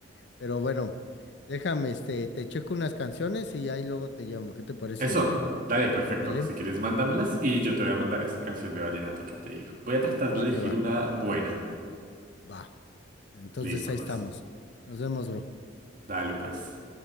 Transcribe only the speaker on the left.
Pero bueno, déjame, este, te checo unas canciones y ahí luego te llamo. ¿Qué te parece,
Santiago?
¿Vale?
Va
que va.
Va. Entonces
ahí
estamos. Nos vemos, bro.